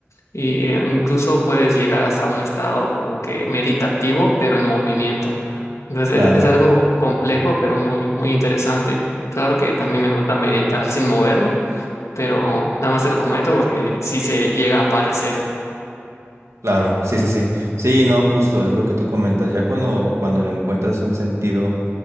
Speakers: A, on the left; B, on the right.
A: Y eh, incluso puedes llegar hasta un estado como que meditativo, pero en movimiento. Entonces
B: claro.
A: es, es algo complejo, pero muy, muy interesante. Claro que también me gusta meditar sin moverme pero nada más te lo comento porque si se llega a aparecer.
B: Claro, sí, sí, sí. Sí, no, justo, es lo que tú comentas. Ya cuando, cuando le encuentras un sentido